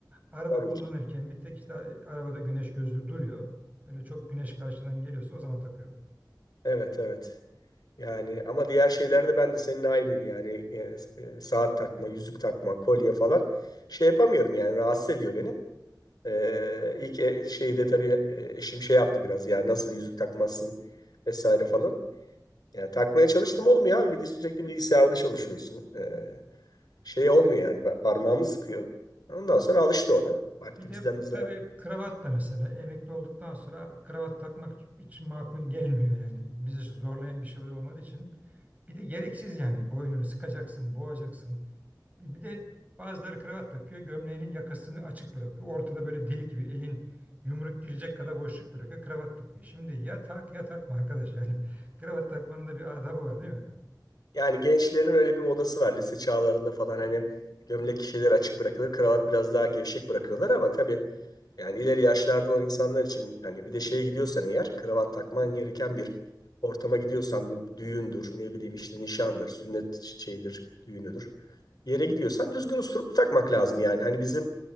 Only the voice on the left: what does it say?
tabii
ki.
Evet evet. Yani ama diğer şeylerde ben de seninle aynıyım yani E, e, saat takma, yüzük takma, kolye falan şey yapamıyorum yani rahatsız ediyor beni. E, ilk e- şeyde tabii e, eşim şey yaptı biraz ya nasıl yüzük takmazsın vesaire falan. Yani takmaya çalıştım olmuyor abi bir de sürekli bilgisayarda çalışıyorsun. E, şey olmuyor yani pa- parmağımı sıkıyor. Ondan sonra alıştı o da. Baktı
bizden bizler.
Yani gençlerin öyle bir modası var lise çağlarında falan hani gömlek şeyler açık bırakılır, kravat biraz daha gevşek bırakıyorlar ama tabii yani ileri yaşlarda olan insanlar için hani bir de şeye gidiyorsan eğer kravat takman gereken bir ortama gidiyorsan bu düğündür, ne bileyim işte nişandır, sünnet şeydir, düğünüdür. Bir yere gidiyorsan düzgün usturup takmak lazım yani. Hani bizim